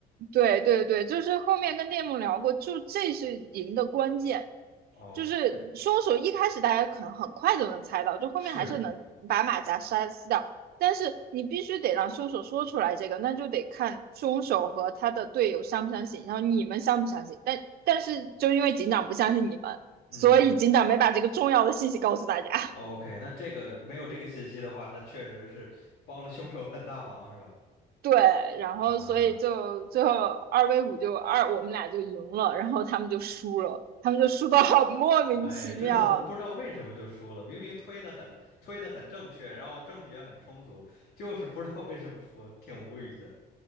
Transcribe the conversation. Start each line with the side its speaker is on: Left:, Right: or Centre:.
Right: 对对对，就是后面跟店木聊过，就这是赢的关键，
Left: OK，
Right: 就是凶手一开始大家可能很快就能猜到，就后面还是能把马甲杀撕掉，
Left: 是
Right: 但是你必须得让凶手说出来这个，那就得看凶手和他的队友相不相信，然后你们相不相信，但但是就因为警长不相信你们，
Left: 嗯嗯，
Right: 所以警长没把这个重要的信息告诉大家。
Left: OK，那这个没有这个信息的话，那确实是帮了凶手很大忙，是吧？
Right: 对，然后所以就最后二
Left: 啊。
Right: v 五就二，我们俩就赢了，然后他们就输了，他们就输到好莫名其妙。
Left: 哎，真的都不知道为什么就输了，明明推的很推的很正确，然后证据也很充足，就是不知道为什么输，挺无语的。